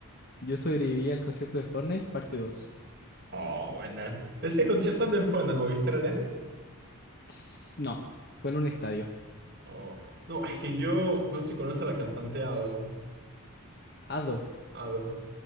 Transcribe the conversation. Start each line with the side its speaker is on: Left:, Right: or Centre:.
Left: yo sobreviví al concierto de Fortnite, parte dos
Right: Oh, buena. ¿Ese concierto dónde fue? ¿En el Movistar Arena?
Left: Tss, No, fue en un estadio.
Right: Oh, no, es que yo no sé si conoce a la cantante Ado.
Left: Ado.
Right: Ado.